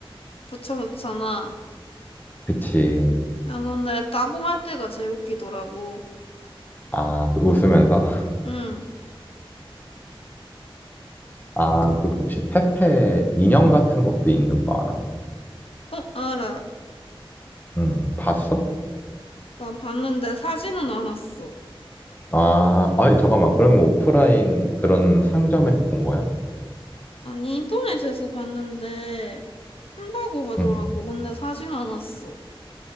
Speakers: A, on the left (about 80°); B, on the left (about 20°).
A: 붙여놓잖아.
B: 그치.
A: 난 근데 따봉할 때가 제일 웃기더라고.
B: 아, 그 웃으면서?
A: 응.
B: 아, 그 혹시 페페 인형 같은 것도 있는 거 알아?
A: 어, 알아.
B: 음, 봤어?
A: 나 봤는데 사진은 안 왔어.
B: 아, 아니, 잠깐만. 그러면 오프라인 그런 상점에서 본 거야?
A: 아니, 인터넷에서 봤는데, 한다고 하더라고.
B: 응.
A: 근데 사진 안 왔어.